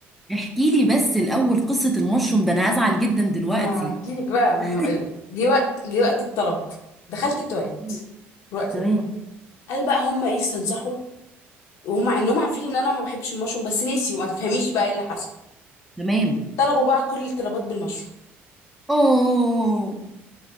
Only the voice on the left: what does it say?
ما هحكي لك بقى ما
أنا- ال- جه وقت جه وقت الطلب دخلت التواليت
الوقت
ده قال بقى هم ايه استنصحوا ومع انهم عارفين ان انا ما بحبش المشروم بس نسيوا ما تفهميش بقى ايه اللي حصل
طلبوا بقى كل الطلبات بالمشروم